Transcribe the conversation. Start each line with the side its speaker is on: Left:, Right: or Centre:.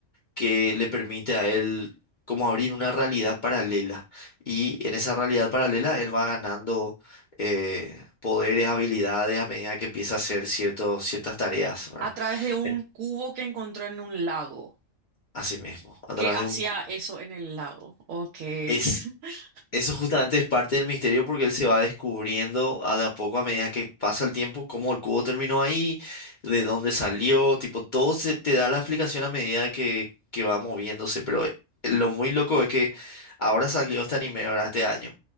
Left: que le permite a él como abrir una realidad paralela. Y en esa realidad paralela él va ganando eh, poderes, habilidades a medida que empieza a hacer ciertos, ciertas tareas, ¿verdad?
Right: A través de un
Left: En-
Right: cubo que encontró en un lago.
Left: Así mismo, a
Right: ¿Qué
Left: través
Right: hacía
Left: de un cubo.
Right: eso en el lago? Ok. <laughs>
Left: Es Eso justamente es parte del misterio porque él se va descubriendo a de a poco a medida que pasa el tiempo cómo el cubo terminó ahí, de dónde salió, tipo, todo se te da la explicación a medida que, que va moviéndose, pero eh, lo muy loco es que ahora salió este anime ahora este año.